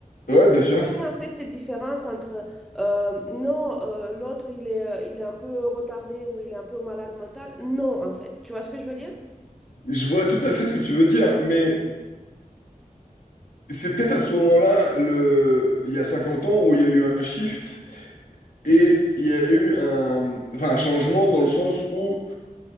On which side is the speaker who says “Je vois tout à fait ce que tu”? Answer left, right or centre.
Left